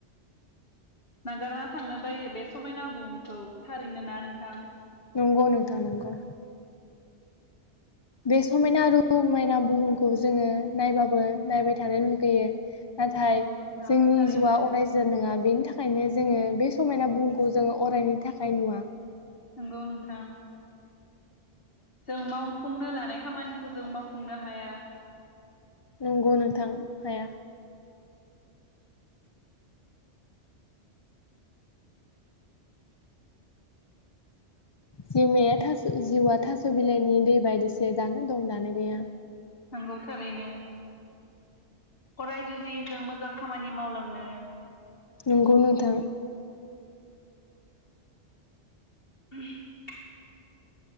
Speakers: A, on the left (about 55°); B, on the left (about 35°).
A: नागारना थांनो बायो बे समायना बहुमखौ थारैनो ना नोंथां
B: नंगौ नोंथां नंगौ। बे समायना रमायना बुहुमखौ जोङो नायबाबो नायबाय थानो लुगैयो। नाथाय
A: नंगौ नोंथां
B: जोंनि
A: थारैनो
B: जिउआ अरायजार नङा बेनि थाखाय आयनो जोङो बे समायना बखौ जोङो अरायनि थाखाय नुवा।
A: नंगौ नोंथां जों मावफुंनो लानाय खामानिखौ जों मावफुंनो हाया।
B: नंगौ नोंथां हाया जिमाया थास जिउआ थास बिलाइनि दै बायदिस दानो दं दानो गैया।
A: नंगौ थारैनो अराय जुजियो जों मोजां खामानि मावलांनो
B: नंगौ नोंथां
A: <unintelligible>